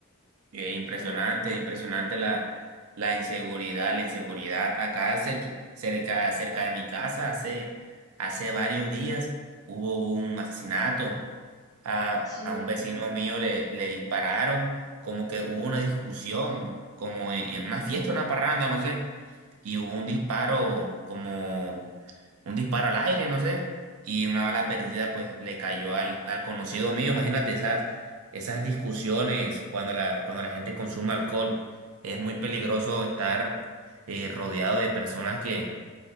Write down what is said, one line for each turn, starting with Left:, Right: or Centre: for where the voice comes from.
Right: Eh, impresionante,
Left: O sea,
Right: impresionante la, la inseguridad, la inseguridad. Acá cerqui- cerca, cerca de mi casa, hace, hace varios días hubo un asesinato. A,
Left: Sí.
Right: a un vecino mío le, le dispararon, como que hubo una discusión, como en, en una fiesta, una parranda, no sé y hubo un disparo como un disparo al aire, no sé, y una bala perdida pues le cayó al, al conocido mío. Imagínate esas, esas discusiones cuando la, cuando la gente consume alcohol. Es muy peligroso estar eh, rodeado de personas que